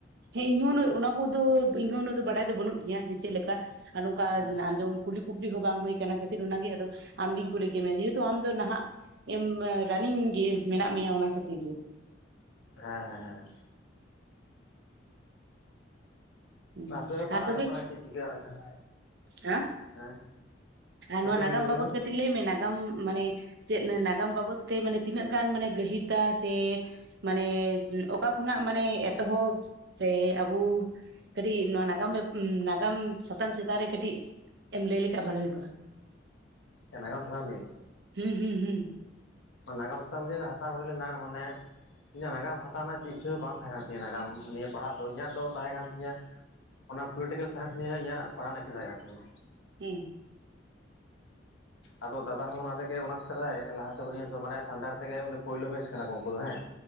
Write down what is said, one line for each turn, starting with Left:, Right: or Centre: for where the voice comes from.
Right: ᱦᱮ ᱤᱧᱦᱟᱸ ᱩᱱᱟᱹᱜ ᱚᱱᱟ ᱠᱚᱫᱚ ᱤᱧ ᱩᱱᱟᱹᱜ ᱵᱟᱰᱟᱭ ᱫᱚ ᱵᱟᱹᱱᱩᱜ ᱛᱤᱧᱟᱹ ᱡᱮ ᱪᱮᱫ ᱞᱮᱠᱟ ᱟᱨ ᱱᱚᱝᱠᱟ
Left: ᱦᱮᱸ
Right: ᱟᱸᱡᱚᱢ ᱠᱩᱞᱤ ᱠᱩᱯᱞᱤ ᱦᱚᱸ ᱵᱟᱝ ᱦᱩᱭ ᱠᱟᱱᱟ ᱠᱷᱟᱹᱛᱤᱨ ᱚᱱᱟᱜᱮ ᱟᱫᱚ ᱟᱢᱜᱤᱧ ᱠᱩᱞᱤ ᱠᱮᱫ ᱢᱮᱭᱟ ᱡᱮᱦᱮᱛᱩ ᱟᱢ ᱫᱚ ᱱᱟᱦᱟᱸᱜ ᱮᱢ ᱨᱟᱱᱤᱝ ᱜᱮ ᱢᱮᱱᱟᱜ ᱢᱮᱭᱟ ᱚᱱᱟ ᱠᱷᱟᱹᱛᱤᱨ ᱜᱮ
Left: ᱦᱮᱸ ᱦᱮᱸ ᱦᱮᱸ
Right: ᱦᱩᱸ
Left: ᱟᱯᱮ ᱫᱚ ᱯᱟᱲᱦᱟᱣ
Right: ᱟᱨ ᱛᱚᱵᱮ
Left: ᱦᱩᱭᱩᱜ ᱠᱟᱱᱟ ᱪᱮᱫ ᱪᱤᱠᱟᱹ ᱱᱟᱸᱜ ᱠᱷᱚᱱ
Right: ᱦᱮᱸ
Left: ᱦᱮᱸ
Right: ᱱᱚᱣᱟ
Left: ᱪᱮᱫ
Right: ᱱᱟᱜᱟᱢ
Left: ᱮᱢ ᱞᱟᱹᱭ ᱞᱮᱫᱟ
Right: ᱵᱟᱵᱚᱫ ᱠᱟ ᱠᱟᱹᱴᱤᱡᱽ ᱞᱟᱹᱭ ᱢᱮ ᱱᱟᱜᱟᱢ ᱢᱟᱱᱮ ᱪᱮᱫ ᱱᱟᱜᱟᱢ ᱵᱟᱵᱚᱫ ᱛᱮ ᱢᱟᱱᱮ ᱛᱤᱱᱟᱹᱜ ᱜᱟᱱ ᱢᱟᱱᱮ ᱜᱟᱹᱦᱤᱨ ᱫᱟ ᱥᱮ ᱢᱟᱱᱮ ᱚᱠᱟ ᱠᱷᱚᱱᱟᱜ ᱢᱟᱱᱮ ᱮᱛᱚᱦᱚᱵᱽ ᱥᱮ ᱟᱵᱚ ᱠᱟᱹᱴᱤᱡᱽ ᱱᱚᱣᱟ ᱱᱟᱜᱟᱢ ᱱᱟ ᱠᱟᱢ ᱥᱟᱛᱟᱢ ᱪᱮᱛᱟᱱ ᱨᱮ ᱠᱟᱹᱴᱤᱡᱽ ᱮᱢ ᱞᱟᱹᱭ ᱞᱮᱠᱷᱟᱜ ᱵᱷᱟᱜᱮ ᱦᱩᱭ ᱠᱚᱜᱼᱟ᱾
Left: ᱱᱟᱜᱟᱢ ᱥᱟᱛᱟᱢ ᱞᱤᱭᱮ
Right: ᱦᱩᱸ ᱦᱩᱸ ᱦᱩᱸ
Left: ᱱᱟᱜᱟᱢ ᱥᱟᱛᱟᱢ ᱱᱤᱡᱮ ᱫᱚ ᱦᱟᱛᱟᱣ ᱦᱩᱭ ᱞᱮᱱᱟ ᱢᱮᱱᱮ ᱤᱧᱟᱹᱜ ᱱᱟᱜᱟᱢ ᱦᱟᱛᱟᱣ ᱨᱮᱱᱟᱜ ᱤᱪᱪᱷᱟᱹ ᱫᱚ ᱵᱟᱝ ᱛᱟᱦᱮᱸ ᱠᱟᱱ ᱛᱤᱧᱟᱹ ᱱᱟᱜᱟᱢ ᱱᱤᱭᱟᱹ ᱯᱟᱲᱦᱟᱜ ᱫᱚ ᱤᱧᱟᱹᱜ ᱫᱚ ᱛᱟᱦᱮ ᱠᱟᱱ ᱛᱤᱧᱟᱹ ᱚᱱᱟ ᱯᱚᱞᱤᱴᱤᱠᱟᱞ ᱥᱟᱭᱮᱱᱥ ᱱᱤᱭᱟᱹ ᱤᱧᱟᱹᱜ ᱯᱟᱲᱦᱟᱜ ᱤᱪᱪᱷᱟᱹ ᱛᱟᱦᱮᱸᱠᱟᱱ ᱛᱤᱧᱟ᱾
Right: ᱦᱩ
Left: ᱟᱫᱚ ᱫᱟᱫᱟ ᱦᱚᱸ ᱚᱱᱟ ᱛᱮᱜᱮ ᱚᱱᱟᱥ ᱠᱟᱫᱟᱭ ᱞᱟᱦᱟᱛᱮ ᱩᱱᱤ ᱫᱚ ᱢᱟᱱᱮ ᱥᱟᱱᱛᱟᱲ ᱛᱮᱜᱮ ᱩᱱᱤ ᱯᱳᱭᱞᱳ ᱵᱮᱡᱽ ᱠᱟᱱᱟ ᱠᱚ ᱩᱱᱠᱩ ᱫᱚ ᱦᱮᱸ